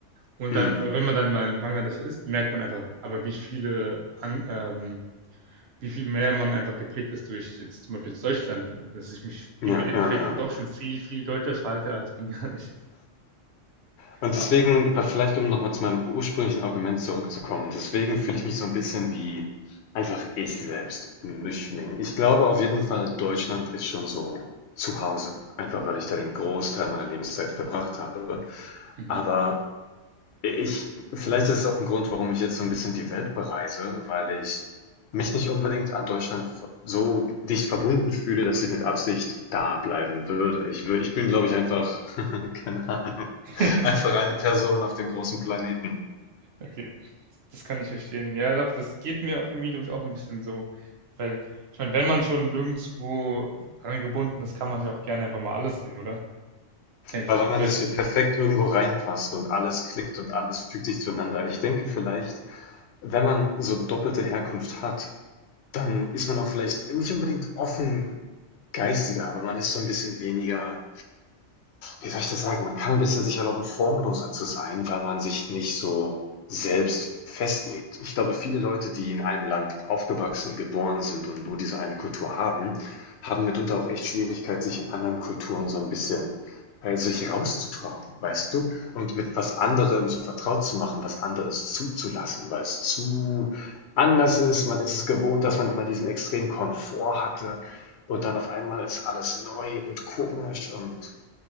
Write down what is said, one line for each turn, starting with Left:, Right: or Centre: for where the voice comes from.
Right: Und
Left: Mhm.
Right: dann, aber wenn man dann mal in Bangladesch ist, merkt man einfach, aber wie viele An ähm, wie viel mehr man einfach geprägt ist durch jetzt zum Beispiel Deutschland, dass ich mich im
Left: Ja,
Right: Endeffekt
Left: ja, ja.
Right: dann doch schon viel, viel deutscher verhalte als bengalisch.
Left: Und
Right: Aber,
Left: deswegen, weil vielleicht um nochmal zu meinem ursprünglichen Argument zurückzukommen, deswegen fühle ich mich so ein bisschen wie einfach ich selbst, 'n Mischling. Ich glaube auf jeden Fall, Deutschland ist schon so zu Hause, einfach weil ich da den Großteil meiner Lebenszeit verbracht habe.
Right: mhm.
Left: Aber ich vielleicht ist es auch ein Grund, warum ich jetzt so ein bisschen die Welt bereise, weil ich mich nicht unbedingt an Deutschland v so dicht verbunden fühle, dass ich mit Absicht da bleiben würde. Ich wür ich bin, glaube ich, einfach <laughs> keine Ahnung,
Right: <laughs>
Left: einfach eine Person auf dem großen Planeten.
Right: Okay, das kann ich verstehen. Ja, doch, das geht mir irgendwie, glaube ich, auch ein bisschen so. Weil, ich meine, wenn man schon nirgendwo dran gebunden ist, kann man ja auch gerne einfach mal alles sehen, oder? Hey,
Left: Weil
Right: stört
Left: wenn man nicht
Right: ja
Left: so
Right: nicht.
Left: perfekt irgendwo reinpasst und alles klickt und alles fügt sich zueinander. Ich denke vielleicht, wenn man so doppelte Herkunft hat, dann ist man auch vielleicht nicht unbedingt offen geistiger, aber man ist so ein bisschen weniger, wie soll ich das sagen, man kann ein bisschen sich erlauben, formloser zu sein, weil man sich nicht so selbst festlegt. Ich glaube, viele Leute, die in einem Land aufgewachsen, geboren sind und nur diese eine Kultur haben, haben mitunter auch echt Schwierigkeit, sich in anderen Kulturen so ein bisschen äh, sich rauszutrauen, weißt du? Und mit was anderem so vertraut zu machen, was anderes zuzulassen, weil es zu anders ist. Man ist es gewohnt, dass man immer diesen extremen Komfort hatte. Und dann auf einmal ist alles neu und komisch und